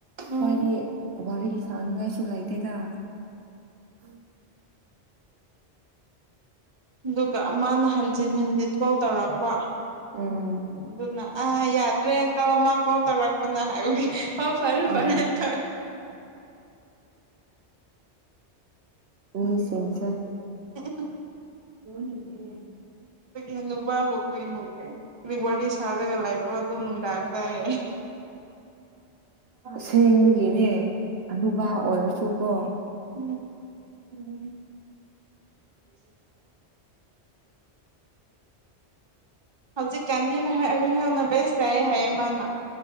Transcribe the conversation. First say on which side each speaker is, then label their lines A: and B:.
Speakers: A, on the right (about 25°); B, on the right (about 65°).
A: ꯎꯝ
B: ꯍꯣꯏꯗꯤꯕꯤꯒꯤ ꯁꯥꯡꯅꯤꯡꯉꯥꯏꯁꯨ ꯂꯩꯇꯦꯗ ꯎꯝ
A: ꯑꯗꯨꯒ ꯃꯥꯅ ꯍꯟꯖꯤꯟ ꯍꯟꯖꯤꯟ ꯀꯣꯜ ꯇꯧꯔꯛꯄ
B: ꯎꯝ
A: ꯑꯗꯨꯅ ꯑ ꯌꯥꯗ꯭ꯔꯦ ꯏꯪꯀ ꯃꯥ ꯀ ꯄꯔꯋꯥꯄꯅ ꯍꯥꯏ ꯐꯔ
B: ꯑꯥ
A: ꯐꯔ ꯊ
B: ꯃꯤꯁꯤꯡꯁꯦ
A: ꯑꯣ
B: ꯂꯣꯟꯅꯦꯦ
A: ꯍꯥꯅꯨꯕ ꯍꯥꯏꯕꯨ ꯀꯕꯤꯀꯦ ꯋꯥꯔꯤ ꯁꯥꯥꯖꯒ ꯂ ꯂꯩꯕꯣ ꯑꯗꯨꯝꯗꯥꯡꯗꯥꯥꯏ
B: ꯁꯦꯡꯅꯒꯤꯅꯦ ꯑꯅꯕꯥ ꯑꯣꯏꯔꯁꯨꯀꯣ
A: ꯎꯝ
B: ꯎꯝ
A: ꯍꯧꯖꯤꯛ ꯀꯥꯟꯗꯤꯅ ꯕꯦꯁ ꯇꯥꯏꯌꯦ ꯍꯥꯏꯌꯦ ꯃꯥꯅ